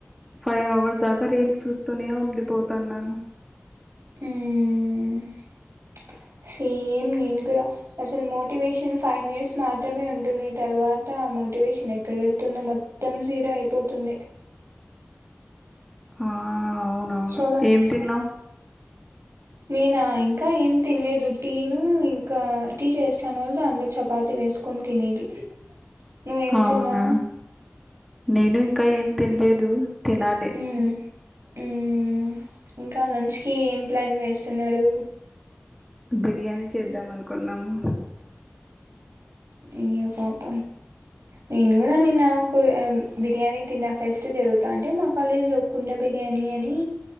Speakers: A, in the centre; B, on the right.
A: ఫైవ్ అవర్స్ దాకా రేలు చూస్తూనే ఉండిపోతాన్నాను
B: మ్మ్ ప్చ్ సేమ్ నేను కూడా అసలు మోటివేషన్ ఫైవ్ మినిట్స్ మాత్రమే ఉంటుంది, తర్వాత మోటివేషన్ ఎక్కడ వెళ్తుందో మొత్తం జీరో అయిపోతుంది.
A: ఆ, అవునవును
B: సోగా
A: ఏం తిన్నావు
B: నేనా ఇంకా ఏం తినలేదు టీను ఇంకా టీ చేస్తాను వాళ్ళ దాంలో చపాతి వేసుకొని తినేది నువ్వేం
A: అవునా
B: తిన్నావు
A: నేను ఇంకా ఏం తినలేదు తినాలి
B: హ హమ్ ఇంకా లంచ్ కి ఏం ప్లాన్ వేస్తున్నారు
A: బిర్యానీ చేద్దాం అనుకున్నాము
B: ఇ్య పాప నేను కూడా నిన్నకు బిర్యానీ తిన్నా ఫస్ట్ జరుగుతా అంటే మా కాలేజీ లో కున్న బిర్యానీ అని